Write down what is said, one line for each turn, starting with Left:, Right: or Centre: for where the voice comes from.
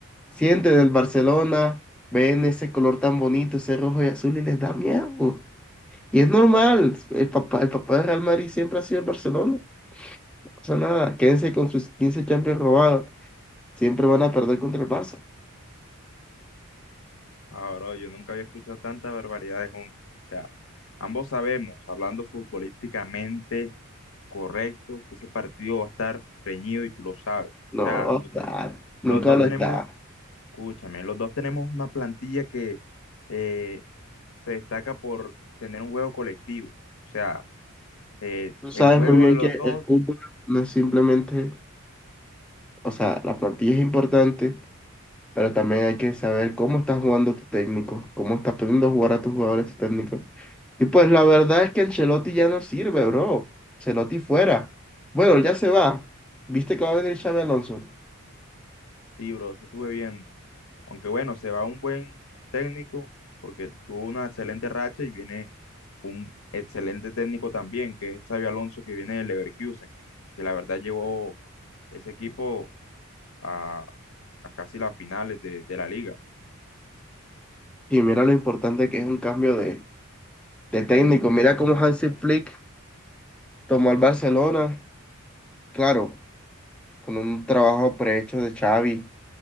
Centre: Sienten el Barcelona, ven ese color tan bonito, ese rojo y azul y les da miedo. Y es normal, el papá, el papá de Real Madrid siempre ha sido el Barcelona. No pasa nada, quédense con sus 15 Champions robados. Siempre van a perder contra el Barça.
Left: ah, bro, yo nunca había escuchado tantas barbaridades juntas. O sea, ambos sabemos, hablando futbolísticamente correcto, que ese partido va a estar reñido y tú lo sabes. O
Centre: No
Left: sea,
Centre: va a
Left: los,
Centre: estar,
Left: do- los
Centre: nunca
Left: dos
Centre: lo
Left: tenemos,
Centre: está.
Left: escúchame, los dos tenemos una plantilla que eh, se destaca por tener un juego colectivo. O sea, eh,
Centre: Tú sabes
Left: el juego
Centre: muy bien
Left: de los
Centre: que
Left: dos,
Centre: el fútbol no es simplemente, o sea, la plantilla es importante, pero también hay que saber cómo está jugando tu técnico, cómo está pidiendo jugar a tus jugadores tu técnico. Y pues la verdad es que Ancelotti ya no sirve, bro. Ancelotti fuera. Bueno, ya se va. ¿Viste que va a venir Xavi Alonso?
Left: sí, bro, eso estuve viendo. Aunque bueno, se va un buen técnico porque tuvo una excelente racha y viene un excelente técnico también, que es Xabi Alonso, que viene del Leverkusen, que la verdad llevó ese equipo a, a casi las finales de, de la liga.
Centre: Y mira lo importante que es un cambio de, de técnico. Mira cómo Hansi Flick tomó al Barcelona, claro, con un trabajo prehecho de Xavi.